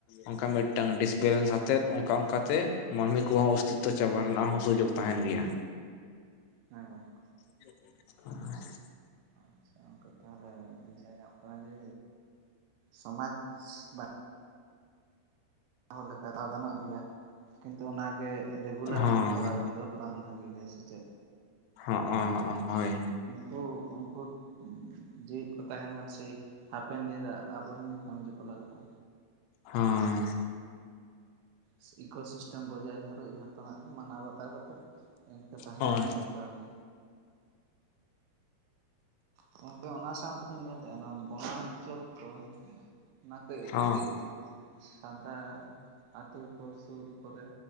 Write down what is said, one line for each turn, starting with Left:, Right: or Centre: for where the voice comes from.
Left: ᱚᱱᱠᱟ ᱢᱤᱫᱴᱟᱝ ᱰᱤᱥᱵᱮᱞᱮᱱᱥ ᱟᱛᱮᱫ ᱚᱱᱠᱟ ᱚᱱᱠᱟᱛᱮ ᱢᱟᱹᱱᱢᱤ ᱠᱚᱦᱚᱸ ᱚᱥᱛᱤᱛᱛᱚ ᱪᱟᱵᱟ ᱨᱮᱱᱟᱜ ᱦᱚᱸ ᱥᱩᱡᱳᱜ ᱛᱟᱦᱮᱱ ᱜᱮᱭᱟ
Right: ᱦᱮᱸ ᱜᱚᱝᱠᱮ
Left: <unintelligible>
Right: ᱟᱪᱪᱷᱟ ᱜᱚᱝᱠᱮ ᱛᱟᱦᱚᱞᱮ ᱵᱩᱡᱷᱟᱹᱣ ᱧᱟᱢᱚᱜ ᱠᱟᱱᱟ ᱡᱮ ᱥᱚᱢᱟᱡᱽ ᱵᱟᱸ ᱪᱟᱣ ᱞᱮᱠᱟ ᱜᱟᱱᱚᱜ ᱜᱮᱭᱟ ᱠᱤᱱᱛᱩ ᱚᱱᱟᱜᱮ ᱨᱮᱜᱩᱞᱟᱨ
Left: ᱦᱚᱸ
Right: ᱠᱚᱨᱟᱣ ᱤᱫᱤ ᱫᱚ ᱵᱟᱝ ᱵᱷᱟᱹᱜᱤ ᱜᱮᱭᱟ ᱥᱮ ᱪᱮᱫ
Left: ᱦᱚᱸ ᱦᱚᱸ ᱦᱚᱸ ᱦᱳᱭ᱾
Right: ᱛᱚ ᱩᱱᱠᱩ ᱡᱮᱣᱮᱫ ᱠᱚ ᱛᱟᱦᱮᱱ ᱠᱷᱟᱱ ᱥᱮᱭ ᱦᱟᱯᱮᱱ ᱫᱤᱱ ᱨᱮ ᱟᱵᱚᱨᱮᱱ ᱠᱟᱹᱢᱤ ᱨᱮᱠᱚ ᱞᱟᱜᱟᱜᱼᱟ᱾
Left: ᱦᱮᱸ᱾
Right: ᱥᱮ ᱤᱠᱳ ᱥᱤᱥᱴᱮᱢ ᱵᱚᱡᱟᱭ ᱫᱷᱚᱨᱚᱡ ᱡᱷᱚᱛᱚᱱᱟᱜ ᱜᱮ ᱢᱟᱱᱟᱣ ᱵᱟᱛᱟᱣ ᱠᱟᱛᱮᱫ ᱤᱱᱠᱟᱹ ᱛᱟᱦᱮᱸ
Left: ᱦᱳᱭ
Right: ᱫᱚ ᱫᱚᱨᱠᱟᱨ ᱜᱮ ᱜᱚᱝᱠᱮ ᱚᱱᱟ ᱥᱟᱶᱛᱮ ᱞᱤᱧ ᱧᱮᱞᱮᱜᱼᱟ᱾ ᱱᱚᱣᱟ ᱵᱚᱱᱟ ᱚᱧᱪᱚᱞ ᱠᱚ ᱚᱱᱟ ᱠᱟᱹᱡ
Left: ᱦᱚᱸ
Right: ᱠᱟᱹᱡ ᱥᱟᱱ ᱧᱮᱛᱟᱨ ᱟᱹᱛᱩ ᱠᱚ ᱥᱩᱨ ᱠᱚᱨᱮ